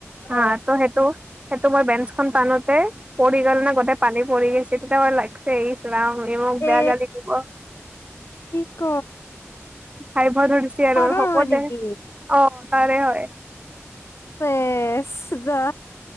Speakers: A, on the left; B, on the right.
A: অ
B: হা ত সেইটো সেইটো মই বেঞ্চখন টানোতে পৰি গ'ল নে গোটেই পানী পৰি আছে গতেই সোপাই লাৰিছে ইছৰাম বুলি মোক
A: এ
B: বেয়া গালি দিব।
A: কি ক
B: পাইব ভ ধৰিছ আৰু
A: চাৰৰ
B: হ'বদে
A: হয় নেকি
B: অ'। চাৰে হয়।
A: চেছ যা।